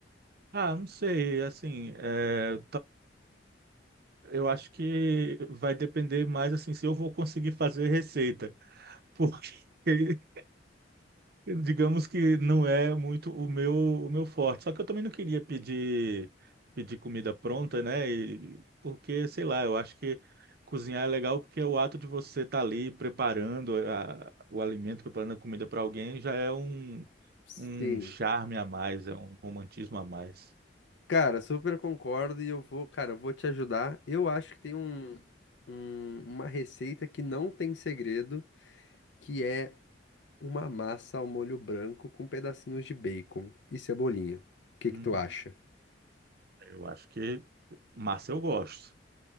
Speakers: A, on the right (about 60°); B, on the left (about 75°).
A: Ah, não sei, assim, é, Eu acho que vai depender mais assim se eu vou conseguir fazer receita, porque <laughs> digamos que não é muito o meu o meu forte. Só que eu também não queria pedir pedir comida pronta, né? E- porque sei lá, eu acho que cozinhar é legal porque é o ato de você estar ali preparando a- o alimento, preparando a comida para alguém já é um
B: Sim.
A: um charme a mais, é um romantismo a mais.
B: Cara, super concordo e eu vou, cara, eu vou te ajudar. Eu acho que tem um, um- uma receita que não tem segredo, que é uma massa ao molho branco com pedacinhos de bacon e cebolinha. O que
A: Hum,
B: que tu acha?
A: eu acho que massa eu gosto.